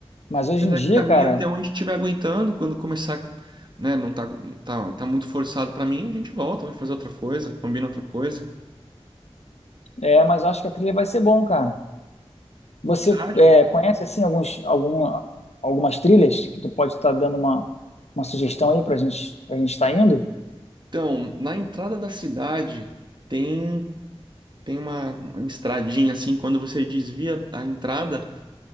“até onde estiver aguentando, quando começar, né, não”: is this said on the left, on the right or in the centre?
Right